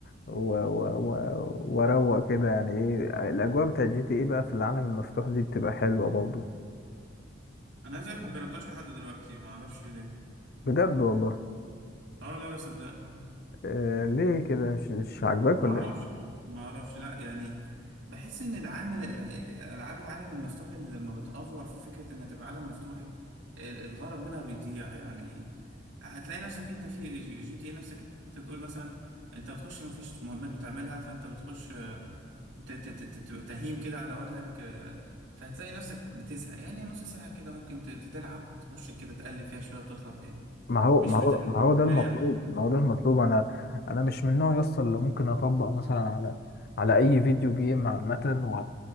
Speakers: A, on the left (about 55°); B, on the right (about 85°).
A: و- و- و- واروق كده يعني ايه الاجواء بتاعت جي تي اي بقى في العالم المفتوح دي بتبقى حلوه برضه
B: انا زيك ما جربتهاش لحد دلوقتي ما اعرفش ليه
A: بجد والله
B: اه لا لا صدقني
A: آه، ليه كده مش مش عاجباك
B: ما
A: ولا
B: اعرفش ما اعرفش لا يعني بحس ان العامل العاب العالم المفتوح اللي لما بتأفور في فكرة انها تبقى عالم مفتوح ال- الغرض منها بيضيع يعني هتلاقي نفسك انت في جي جي تي اي نفسك انت بتقول مثلا انت بتخش ما فيش مهمات بتعملها فانت بتخش ت- ت- ت- تبقى تهيم كده على وجهك آه، فهتلاقي نفسك بتزهق يعني نص ساعة كده ممكن ت- تلعب تخش كده تقلب فيها شوية وتطلع تاني
A: ما هو
B: مش
A: ما هو
B: بتلعب
A: ما هو ده المطلوب
B: كلعبة فاهمني
A: ما هو ده المطلوب انا انا مش من النوع يصل اللي ممكن اطبق مثلا على على اي فيديو جيم عامة و...